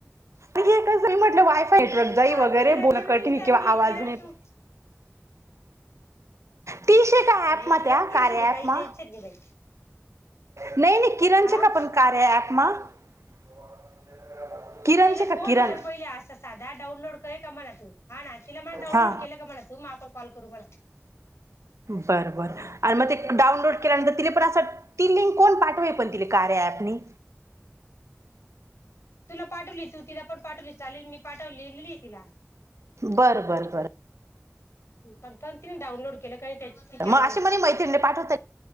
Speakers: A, on the right; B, on the left.
A: म्हटलं वायफाय नेटवर्क जाई
B: आ
A: वगैरे
B: किरणला
A: बोन
B: मी
A: कटणी
B: विचार
A: किंवा
B: घे
A: आवाज
B: किरण
A: नाही
B: तू
A: <inaudible> तीशे काय ॲप
B: नाही
A: म्हात्या
B: योग्य
A: कार्या
B: शध काही
A: मा?
B: टेन्शन नाही बाई
A: नाही नाही किरणचे
B: हा
A: का पण कार्या ॲप मा? <inaudible> किरण
B: तिला
A: चे का
B: फोन
A: किरण
B: कर पहिले असं साधा डाऊनलोड कर का म्हणा तू हा ना तिला म्हणा डाउनलोड
A: हा
B: केलं का मणा तू मग आपण कॉल करू म्हणा.
A: बर बर आणि मग ते डाउनलोड केल्यानंतर तिने पण अस ती लिंक कोण पाठवे पण तिले कार्या ॲप नी?
B: तुला पाठवली तू तिला पण पाठवली चालेल मी पाठवलेली आहे तिला
A: बरं बर बरं
B: पण पण तिने डाउनलोड केलं काण त्या तिच्यावर
A: मग अशी
B: आहे
A: म्हणे मैत्रिणीने पाठवता